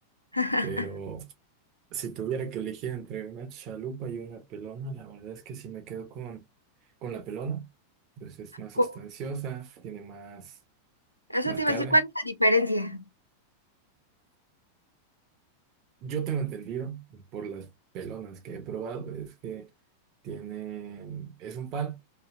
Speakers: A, on the left (about 85°); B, on the right (about 40°).
A: <laughs>
B: pero... Si tuviera que elegir entre una chalupa y una pelona, la verdad es que sí me quedo con, con la pelona. Pues es más
A: Cu-
B: sustanciosa, tiene más,
A: Eso
B: más
A: te
B: carne.
A: iba a decir, ¿cuál es la diferencia?
B: Yo tengo entendido por las pelonas que he probado es que tienen, es un pan,